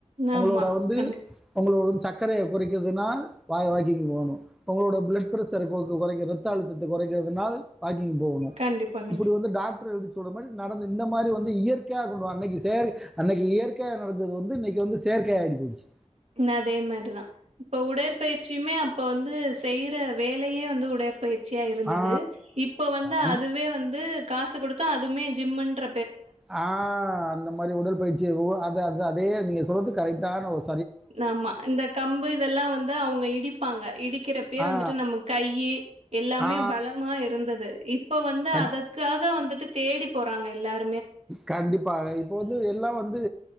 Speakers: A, in the centre; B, on the right.
A: உங்களோட
B: ஆமா.
A: வந்து
B: கண்டிப்பா,
A: உங்களோட சக் சக்கரையை குறைக்கிறதுனா <unintelligible> வாக்கிங் போகணும் உங்களோட பிளட் பிரஷர் குறைக்க ரத்த அழுத்தத்தை குறைக்கிறதுனால் வாக்கிங் போகணும்
B: கண்டிப்பா, கண்டிப்பா.
A: இப்படி வந்து டாக்டர் எழுதி தொடமல் நடந்து இந்த மாதிரி வந்து இயற்கையா சொல்லுவாங்க அன்னை அன்னைக்கு இயற்கையா நடந்தது வந்து இன்னைக்கு வந்து செயற்கை ஆகிருச்சு
B: இன்னும் அதே மாதிரிதான் இப்ப உடற்பயிற்சியுமே இப்போ வந்து செய்யற வேலையே வந்து உடற்பயிற்சி- சியா இருந்தது
A: ஆ
B: இப்போ வந்து
A: அந்த
B: அதுவே வந்து காசு கொடுத்தா அதுமே ஜிம்ன்ற
A: ஆஹ் அந்த மாரி உடல் பயிற்சிவோ அத அ அதே நீங்க சொல்றது கரெக்டான ஒ-
B: ஆமா இந்த கம்பு இதெல்லாம் வந்து அவங்க இடிப்பாங்க இடிக்கிறப்பயே
A: ஆ
B: வந்துட்டு நம்ம கையி எல்லாமே
A: ஆ
B: பலமா இருந்தது இப்ப வந்து
A: கண்
B: அதற்காக வந்துட்டு தேடி போறாங்க எல்லாரு
A: கண்டிப்பா இப்ப வந்து எல்லாம் வந்து